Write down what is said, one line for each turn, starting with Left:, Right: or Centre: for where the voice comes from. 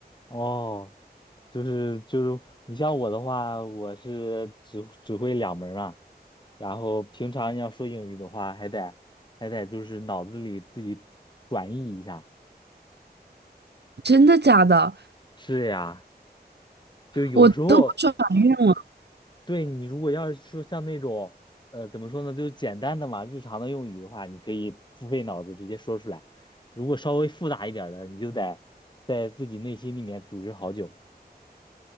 Left: 哦，就是就是你像我的话，我是只只会两门儿嘛，然后平常要说英语的话，还得还得就是脑子里自己转译一下。
Right: 真的假的？
Left: 是呀，就有时候。
Right: 我都不转运了。
Left: 对你如果要是说像那种，呃，怎么说呢，就是简单的嘛，日常的用语的话，你可以不费脑子直接说出来。如果稍微复杂一点儿的，你就得在自己内心里面组织好久。